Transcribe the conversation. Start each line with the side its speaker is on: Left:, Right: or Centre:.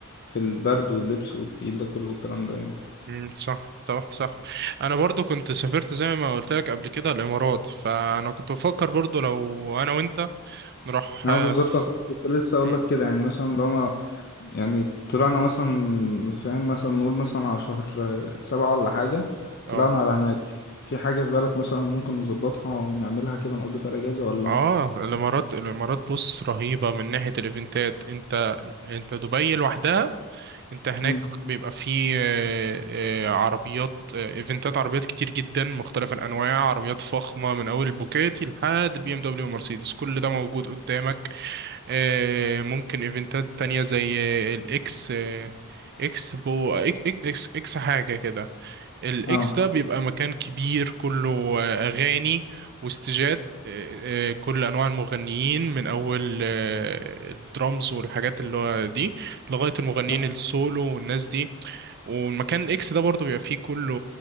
Left: في البرد واللبس والتقيل ده كله الكلام ده يعني
Right: امم صح طب صح انا برضو كنت سافرت زي ما قلت لك قبل كده الامارات فانا كنت بفكر برضو لو انا وانت نروح
Left: أنا
Right: آه،
Left: بالظبط
Right: في
Left: أخ- كنت لسه أقول
Right: امم
Left: لك كده يعني مثلا لو أنا يعني طلعنا مثلا فاهم مثلا نقول مثلا على شهر آه، سبعة ولا حاجة
Right: اه
Left: طلعنا على هناك في حاجة في بالك مثلا ممكن نظبطها ونعملها كده نقضي فيها الأجازة ولا
Right: اه الامارات الامارات بص رهيبه من ناحيه الايفنتات انت انت دبي لوحدها انت هناك
Left: مم.
Right: بيبقى فيه آه، آه، عربيات آه، ايفنتات عربيات كتير جدا مختلف الانواع عربيات فخمه من اول البوكاتي لحد البي ام دبليو ومرسيدس كل ده موجود قدامك آه، ممكن ايفنتات تانية زي آه، الاكس آه، اكس بو إك- إك- اكس اكس حاجة كده الاكس
Left: اه
Right: ده بيبقى مكان كبير كله آه، اغاني واستيجات آه، آه، كل انواع المغنيين من اول آه، الدرامز والحاجات اللي هو دي لغاية المغنيين
Left: اه
Right: السولو والناس دي والمكان الاكس ده برضه بيبقى فيه كله